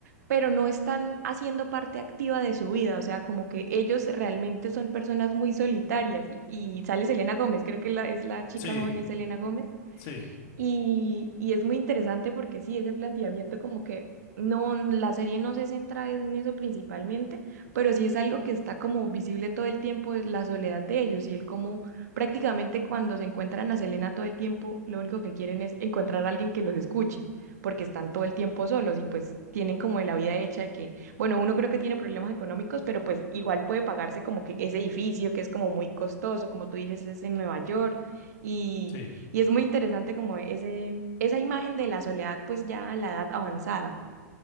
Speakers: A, on the right; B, on the left.
A: pero no están haciendo parte activa de su vida, o sea, como que ellos realmente son personas muy solitarias. Y, y sale Selena Gómez, creo que la, es la chica
B: sí,
A: joven, es Selena Gómez,
B: sí,
A: y, y es muy interesante porque sí, ese planteamiento como que no, la serie no se centra en eso principalmente, pero sí es algo que está como visible todo el tiempo, es la soledad de ellos y el cómo prácticamente cuando se encuentran a Selena todo el tiempo, lo único que quieren es encontrar a alguien que los escuche, porque están todo el tiempo solos y pues tienen como de la vida hecha de que, bueno, uno creo que tiene problemas económicos, pero pues igual puede pagarse como que ese edificio que es como muy costoso, como tú dices, es en Nueva York y
B: sí,
A: y es muy interesante como ese, esa imagen de la soledad, pues ya a la edad avanzada.